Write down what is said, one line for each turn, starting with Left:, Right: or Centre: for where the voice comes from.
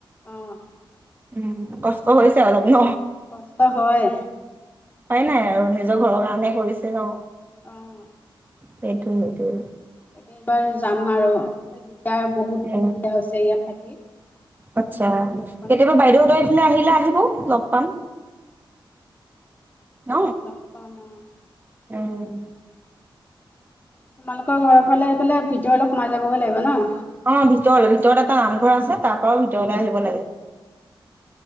Left: অ'
Right: উম কষ্ট হৈছে অলপ ন।
Left: কষ্ট হয়।
Right: হয় নাই আৰু নিজৰ ঘৰৰ কাৰণে কৰিছে ন।
Left: আহ।
Right: সেইটোৱে সেইটোৱে।
Left: তাকেবাৰ যাম আৰু দিগদাৰ বহুত
Right: উম,
Left: অসুবিধা হৈছে ইয়াত থাকি?
Right: আচ্ছা
Left: নিজৰ ঘৰখন
Right: কেতিয়াবা
Left: হ'লে
Right: বাইদেউ
Left: ভাল হয়।
Right: সেইপিনে আহিলে আহিব লগ পাম। ন?
Left: নাপামা অ।
Right: উম।
Left: তোমালোকৰ ঘৰৰ ফালে এইফালে ভিতৰ অলপ সোমাই যাবগৈ লাগিব ন।
Right: অ ভিতৰলৈ ভিতৰত এটা নামঘৰ আছে তাৰ পাও ভিতৰলৈ আহিব লাগে